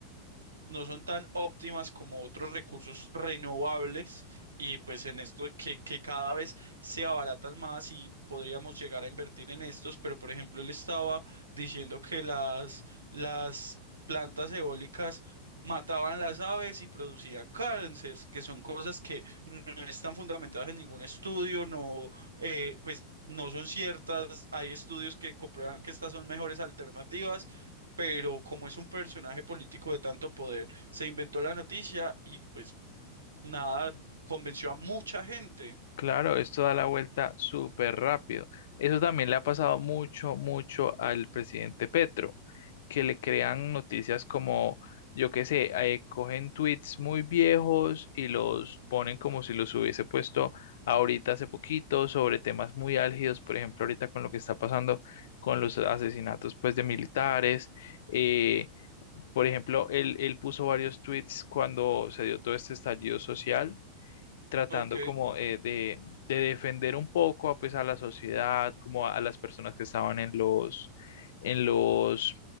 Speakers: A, on the right; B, on the left.
A: no son tan óptimas como otros recursos renovables y pues en esto que, que cada vez se abaratan más y podríamos llegar a invertir en estos, pero por ejemplo él estaba diciendo que las, las plantas eólicas mataban las aves y producían cáncer, que son cosas que no están fundamentadas en ningún estudio, no, eh, pues... No son ciertas, hay estudios que comprueban que estas son mejores alternativas pero como es un personaje político de tanto poder, se inventó la noticia y pues nada, convenció a mucha gente.
B: Claro, esto da la vuelta súper rápido. Eso también le ha pasado mucho, mucho al presidente Petro, que le crean noticias como, yo qué sé, eh, cogen tweets muy viejos y los ponen como si los hubiese puesto ahorita hace poquito sobre temas muy álgidos, por ejemplo, ahorita con lo que está pasando con los asesinatos pues de militares. eh, por ejemplo, él, él puso varios tweets cuando se dio todo este estallido social tratando
A: Ok.
B: como eh, de, de defender un poco pues, a la sociedad, como a, a las personas que estaban en los, en los,